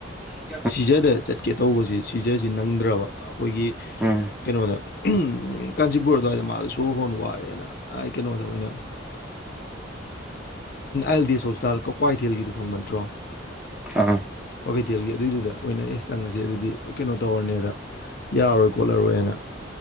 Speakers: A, in the centre; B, on the left.
A: ꯀ
B: ꯁꯤꯖꯗ ꯆꯠꯀꯦ ꯇꯧꯕꯁꯤ ꯁꯤꯖꯁꯤ ꯅꯪꯗ꯭ꯔꯕ ꯑꯩꯈꯣꯏꯒꯤ
A: ꯎꯝ
B: ꯀꯩꯅꯣꯗ ꯀꯥꯟꯆꯤꯄꯨꯔ ꯑꯗꯨꯋꯥꯏꯗ ꯃꯥꯁꯨ ꯁꯣꯔ ꯍꯣꯟ ꯋꯥꯔꯦꯅ ꯑꯩ ꯀꯩꯅꯣꯗ ꯑꯣꯏꯅ ꯑꯥꯏ ꯑꯦꯜ ꯗꯤ ꯑꯦꯁ ꯍꯣꯁꯄꯤꯇꯥꯜ ꯀ ꯀ꯭ꯋꯥꯏꯊꯦꯜꯒꯤꯗꯨ ꯈꯪꯕ ꯅꯠꯇ꯭ꯔꯣ
A: ꯑꯥ
B: ꯀ꯭ꯋꯥꯀꯩꯊꯦꯜꯒꯤ ꯑꯗꯨꯏꯗꯨꯗ ꯃꯣꯏ ꯑꯣꯏꯅ ꯑꯦꯁ ꯆꯪꯉꯁꯦ ꯑꯗꯨꯗꯤ ꯀꯩꯅꯣ ꯇꯧꯔꯅꯤꯗ ꯌꯥꯔꯔꯣꯏ ꯈꯣꯠꯂꯔꯣꯏ ꯍꯥꯏꯅ